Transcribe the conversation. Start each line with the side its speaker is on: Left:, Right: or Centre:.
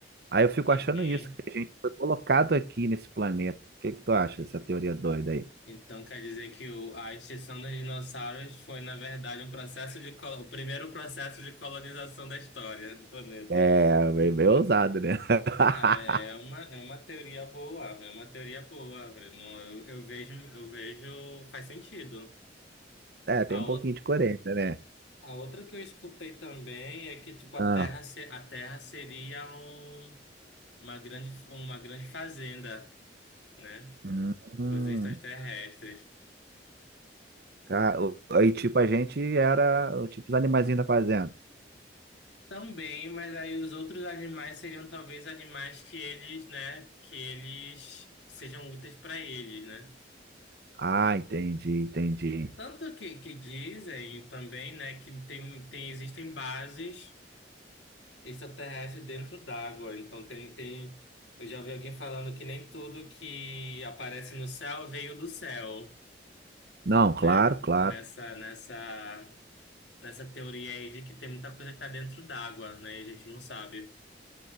Right: Aí eu fico
Left: Uhum.
Right: achando isso, que a gente foi colocado aqui nesse planeta. O que que tu acha dessa teoria doida aí?
Left: Então quer dizer que o, a extinção dos dinossauros foi, na verdade, um processo de, colo- o primeiro processo de colonização da história do planeta.
Right: É, bem,
Left: <laughs>
Right: bem ousado, né? <laughs>
Left: Cara, é uma, é uma teoria boa, é uma teoria boa. Eu, não- eu, eu vejo, eu vejo, faz sentido.
Right: É, tem
Left: A
Right: um
Left: ou-
Right: pouquinho de coerência, né?
Left: A outra que eu escutei também é que, tipo, a
Right: Ah,
Left: Terra, se- a Terra seria um- uma grande, uma grande fazenda, né?
Right: hum,
Left: Para os extraterrestres.
Right: ca- o- aí, tipo, a gente era, o- tipo, os animaizinhos da fazenda.
Left: Também, mas aí os outros animais seriam talvez animais que eles, né? Que eles que sejam úteis para eles, né?
Right: Ah, entendi, entendi.
Left: Tanto que, que dizem também, né? Que tem, tem, existem bases. Extraterrestre dentro d'água. Então tem, tem. Eu já vi alguém falando que nem tudo que aparece no céu veio do céu,
Right: Não, claro,
Left: né?
Right: claro.
Left: Nessa, nessa, nessa teoria aí de que tem muita coisa que tá dentro d'água, né? E a gente não sabe.